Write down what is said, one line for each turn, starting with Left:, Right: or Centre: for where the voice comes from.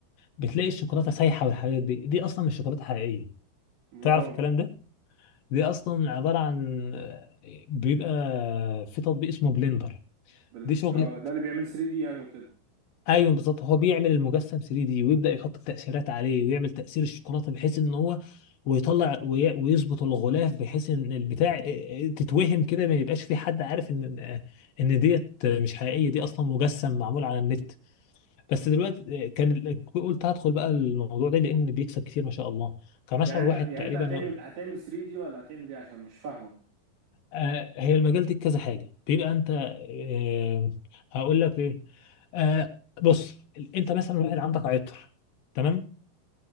Left: بتلاقي الشوكولاته سايحه والحاجات دي دي اصلا مش شوكولاته حقيقيه
Right: ما
Left: تعرف الكلام ده دي اصلا عباره عن بيبقى في تطبيق اسمه بلندر
Right: بال...
Left: دي شغل
Right: اه ده اللي بيعمل 3 دي يعني وكده
Left: ايوه بالظبط هو بيعمل المجسم 3 دي ويبدا يحط التاثيرات عليه ويعمل تاثير الشوكولاته بحيث ان هو ويطلع وي- ويظبط الغلاف بحيث ان البتاع تتوهم كده ما يبقاش في حد عارف ان ان ديت مش حقيقيه دي اصلا مجسم معمول على النت بس دلوقتي كان ال- قلت هدخل بقى الموضوع ده لان بيكسب كتير ما شاء الله كان اشهر
Right: يعني انت
Left: واحد
Right: يعني
Left: تقريبا
Right: انت هتعمل هتعمل 3 دي ولا هتعمل ايه عشان مش فاهمك
Left: آه، هي المجال دي كذا حاجه بيبقى انت آه، هقول لك ايه آه، بص انت مثلا واحد عندك عطر تمام